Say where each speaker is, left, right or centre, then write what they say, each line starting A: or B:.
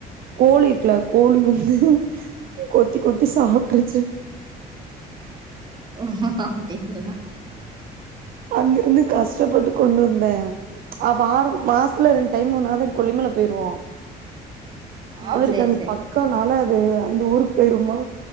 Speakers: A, on the right (about 60°); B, on the right (about 25°).
A: கோழி இருக்குல கோழி வந்து கொத்தி கொத்தி சாப்ட்ருச்சு <unintelligible>
B: ஓ அப்டிங்களா
A: அங்கிருந்து கஷ்டப்பட்டு கொண்டு வந்தே அப்ப ஆறு மாசத்துல ரெண்டு டைம் ஒன்னாது கொல்லிமல போயிருவோ
B: ஆ
A: அவருக்கு
B: சேரி
A: அங்க
B: சேரி
A: பக்கனால அது அந்த ஊருக்கு போயிருவோமா